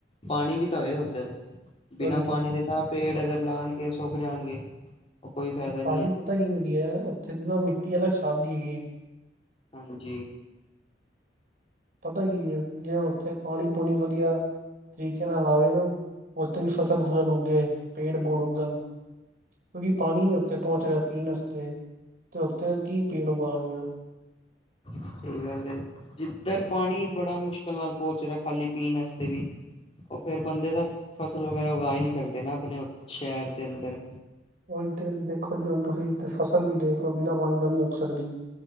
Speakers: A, on the left (about 30°); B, on the right (about 50°).
A: ਪਾਨੀ ਵੀ ਤਾਂ ਹੋਏ ਓਦਰ। ਬਿਨਾਂ
B: ਉਹੀ ਤੇ
A: ਪਾਣੀ ਦੇ ਤਾਂ ਪੇੜ ਅਗਰ ਲਾਣਗੇ ਸੁੱਕ ਜਾਣਗੇ। ਉਹ ਕੋਈ ਫਾਇਦਾ ਨਹੀਂ
B: ਭਾਜੀ
A: ਹੈ
B: ਪਤਾ ਕੀ ਹੁੰਦੀ ਏ? ਓਥੇ ਦੀ ਨਾ ਮਿੱਟੀ ਅਲੱਗ ਸਾਬ ਦੀ ਹੈਗੀ ਏ।
A: ਹਾਂਜੀ।
B: ਪਤਾ ਕੀ ਏ ਜੇ ਓਥੇ ਪਾਨੀ-ਪੂਨੀ ਵਧੀਆ ਤਰੀਕੇ ਨਾਲ ਆਵੇ ਨਾ, ਓਥੇ ਵੀ ਫਸਲ-ਫੁਸਲ ਉੱਗੇ ਪੇੜ-ਪੂੜ ਉੱਗਨ। ਕਿਉਂਕਿ ਪਾਨੀ ਨੀ ਓਥੇ ਪਹੁੰਚ ਰਿਹਾ ਪੀਨ ਅਸਤੇ ਤੇ ਓਥੇ ਕੀ ਪੇੜ ਉਗਾਨਗੇ‌ ਓ।
A: ਸਈ ਗੱਲ ਏ। ਜਿੱਧਰ ਪਾਨੀ ਬੜਾ ਮੁਸ਼ਕਿਲ ਨਾਲ ਪਹੁੰਚ ਰਿਹਾ ਖਾਲੀ ਪੀਨ ਅਸਤੇ ਵੀ ਓ ਫੇਰ ਬੰਦੇ ਤਾਂ ਫਸਲ ਵਗੈਰਾ ਉਗਾ ਹੀ ਨੀ ਸਕਦੇ ਨਾ ਅਪਨੇ ਸ਼ਹਿਰ ਦੇ ਅੰਦਰ।
B: ਓਈ ਤੇ ਦੇਖੋ ਜੀ ਹੁਨ ਤੁਸੀਂ ਫਸਲ ਵੀ ਦੇਖ ਲੋ ਬਿਨਾ ਪਾਨੀ ਤੋਂ ਨੀ ਉੱਗ ਸਕਦੀ।